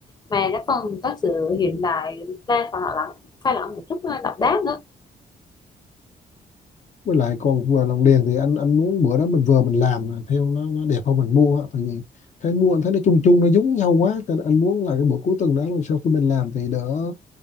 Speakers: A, on the left; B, on the left.
A: mà nó còn có sự hiện đại pha và họ lẫn pha lẫn một chút à, độc đáo nữa
B: với lại còn vừa lồng đèn thì anh anh muốn bữa đó mình vừa mình làm mà theo nó nó đẹp không mình mua á. tại vì thấy mua anh thấy nó chung chung nó giống nhau quá cho nên anh muốn là cái buổi cuối tuần đó mình sau khi mình làm thì đỡ